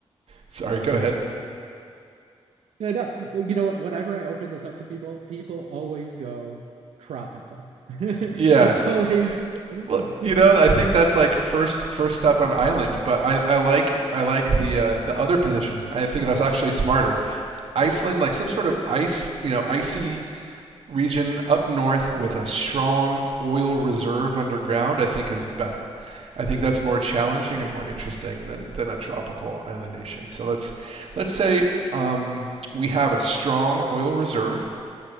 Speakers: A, on the right; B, on the right.
A: Sorry, go ahead.
B: no, no, you know what? Whenever I open this up to people, people always go tropical. <laughs> That's
A: Yeah,
B: always. <laughs>
A: Well, you know, I think that's like first first step on Island, but I, I like I like the uh, the other position. I think that's actually smarter. Iceland, like some sort of ice, you know, icy region up north with a strong oil reserve underground, I think is better. I think that's more challenging and more interesting than than a tropical island nation. So let's let's say um, we have a strong oil reserve